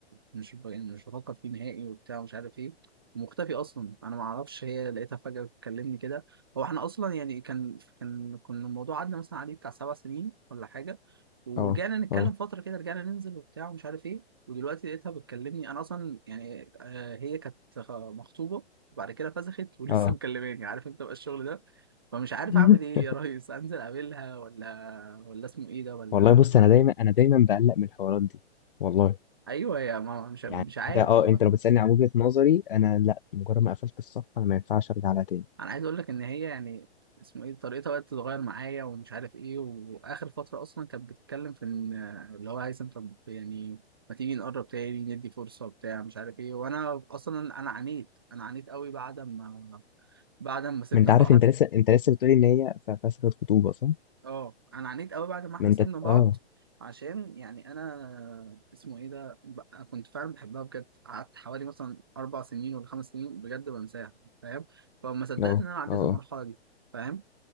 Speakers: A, on the right; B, on the left.
A: مش ب- يعني مش بفكر فيه نهائي وبتاع ومش عارف ايه مختفي اصلا انا ما اعرفش هي لقيتها فجاه بتكلمني كده هو احنا اصلا يعني كان كان كان الموضوع عدى مثلا عليه بتاع سبع سنين ولا حاجه ورجعنا
B: اه
A: نتكلم
B: اه
A: فتره كده رجعنا ننزل وبتاع ومش عارف ايه ودلوقتي لقيتها بتكلمني انا اصلا يعني آه، هي كانت مخطوبه وبعد كده فسخت <laughs> ولسه
B: اه
A: مكلماني عارف انت بقى الشغل ده فمش عارف
B: <laughs>
A: اعمل ايه يا ريس انزل اقابلها ولا ولا اسمه ايه ده ولا
B: والله بص انا دايما انا دايما بقلق من الحوارات دي والله
A: <laughs> ايوه يا ما مش مش
B: يعني
A: عارف
B: انت اه
A: والله
B: انت لو بتسالني عن وجهه نظري انا لا مجرد ما قفلت الصفحه انا ما ينفعش ارجع لها تاني
A: انا عايز اقول لك ان هي يعني اسمه ايه طريقتها بقت تتغير معايا ومش عارف ايه واخر فتره اصلا كانت بتتكلم في ان اللي هو هيثم طب يعني ما تيجي نقرب تاني ندي فرصه بتاع مش عارف ايه وانا اصلا انا عانيت انا عانيت قوي بعد ما بعد ما سيبنا
B: ما انت عارف
A: بعض
B: انت لسه انت لسه بتقولي ان هي ف- فسخة خطوبه صح
A: اه انا عانيت قوي بعد ما احنا
B: ما انت
A: سيبنا بعض
B: اه
A: عشان يعني انا اسمه ايه ده بقى كنت فعلا بحبها بجد قعدت حوالي مثلا اربع سنين ولا خمس سنين بجد بنساها فاهم فما صدقت
B: اه اه
A: ان انا عديت
B: آه.
A: المرحله دي فاهم